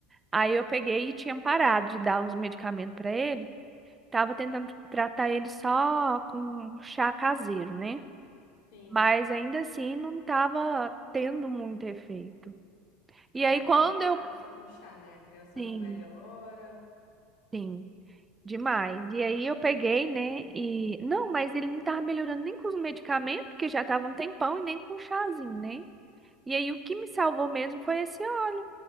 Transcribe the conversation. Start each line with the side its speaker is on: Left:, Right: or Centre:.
Right: Aí eu peguei e tinha parado de dar os medicamentos pra ele. Tava tentando tratar ele só com chá caseiro, né?
Left: Sim.
Right: Mas ainda assim não tava tendo muito efeito. E
Left: Mas
Right: aí
Left: é
Right: quando
Left: complicado
Right: eu.
Left: só com chá, né? A criança
Right: Sim,
Left: não melhora.
Right: sim, demais. E aí eu peguei, né? E. Não, mas ele não tava melhorando nem com os medicamentos, que já tava um tempão, e nem com o chazinho, né? E aí o que me salvou mesmo foi esse óleo